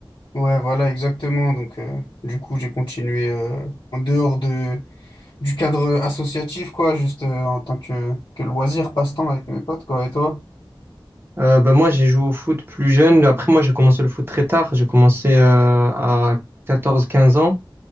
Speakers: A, on the left; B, on the right.
A: Ouais, voilà exactement. Donc euh, du coup, j'ai continué euh, en dehors de du cadre associatif quoi, juste euh, en tant que que loisir, passe-temps avec mes potes quoi et toi?
B: Euh, bah moi, j'ai joué au foot plus jeune. Après, moi, j'ai commencé le foot très tard. J'ai commencé euh, à quatorze, quinze ans.